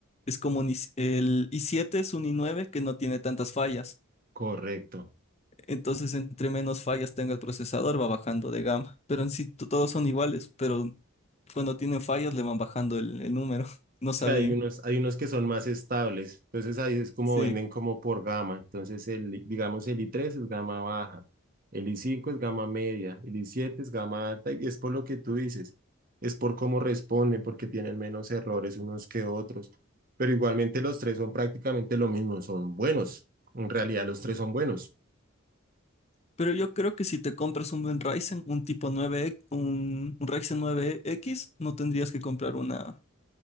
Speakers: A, on the left; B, on the right.
A: es como un i- el i7 es un i9 que no tiene tantas fallas.
B: Correcto.
A: Entonces, entre menos fallas tenga el procesador, va bajando de gama. Pero en sí to- todos son iguales, pero cuando tienen fallas le van bajando el, el número. <laughs> No
B: Sí,
A: sabía.
B: hay unos, hay unos que son más estables. Entonces ahí es como
A: sí.
B: venden como por gama. Entonces el, digamos el i tres es gama baja, el i cinco es gama media, el i siete es gama alta y es por lo que tú dices. Es por cómo responden, porque tienen menos errores unos que otros. Pero igualmente los tres son prácticamente lo mismo, son buenos. En realidad los tres son buenos.
A: Pero yo creo que si te compras un buen Ryzen, un tipo 9, un, un Ryzen 9X, no tendrías que comprar una,